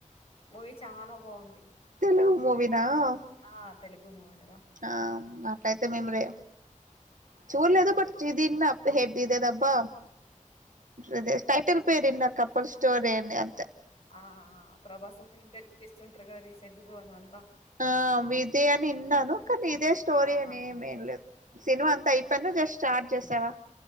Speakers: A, on the left; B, on the right.
A: మూవీ చానా బాగుంది.
B: తెలుగు మూవీ నా <unintelligible>
A: ఆ తెలుగు మూవీనే
B: ఆ మట్లయితే మేము రే చూడలేదు బట్ ఇదిన్నం <unintelligible> హెడ్దదబ్బాదే అబ్బ టైటల్ పేరిన్న కపల్ స్టోరి అని అంతె
A: ఆ ప్రభాస్ అంతా ఇంటర్ చేస్తుంటరు కదా రీసెంట్ గోన్ అంతా
B: ఆ విదయ అని ఇన్నాను కానీదే స్టోరీ
A: ఆ
B: అని
A: ఆ.
B: ఏమేం లేదు సినిమా అంతా అయిపోయినా జస్ట్ స్టార్ట్ చేసావా